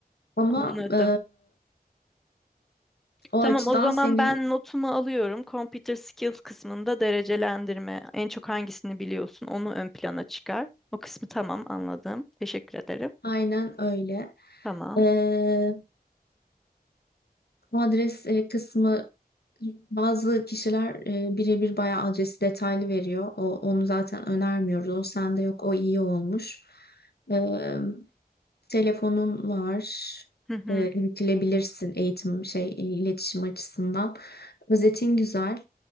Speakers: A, on the left; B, in the centre.
A: Ama
B: anladım.
A: e, o
B: Tamam
A: açıdan
B: o zaman
A: senin
B: ben notumu alıyorum. Computer skills kısmında derecelendirme. En çok hangisini biliyorsun onu ön plana çıkar. O kısmı tamam anladım. Teşekkür ederim.
A: Aynen öyle.
B: Tamam.
A: Ee, bu adres e, kısmı bazı kişiler e, birebir bayağı adresi detaylı veriyor. O, onu zaten önermiyoruz. O sende yok. O iyi olmuş. Ee, telefonun var.
B: Hı hı.
A: Ee, iletilebilirsin eğitim şey iletişim açısından. Özetin güzel.